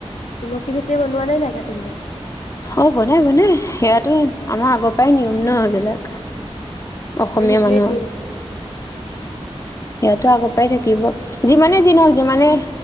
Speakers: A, on the left; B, on the left.
A: তুলসী ভেতি বনোৱানে নাই কাতি বিহুত?
B: অ', বনাই, বনাই। সেয়াতো আমাৰ আগৰ পৰাই নিয়ম ন' এইবিলাক। অসমীয়া
A: আৰু সেইটোৱে
B: মানুহৰ।
A: মেইন
B: সেয়াতো আগৰ পৰাই থাকিব। যিমানে যি নহওঁক, যিমানে